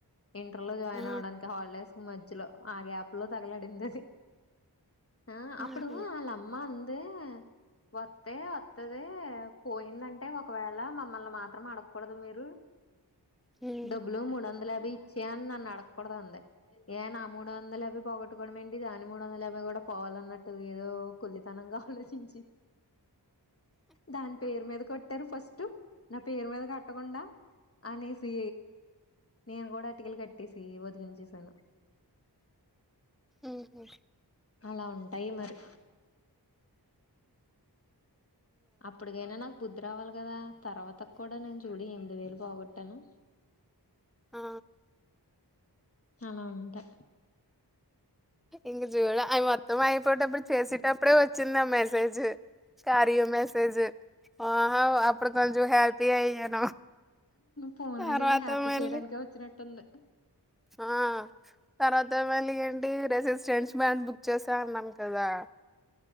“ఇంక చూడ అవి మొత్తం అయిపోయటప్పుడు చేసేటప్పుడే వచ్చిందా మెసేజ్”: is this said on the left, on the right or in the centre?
Centre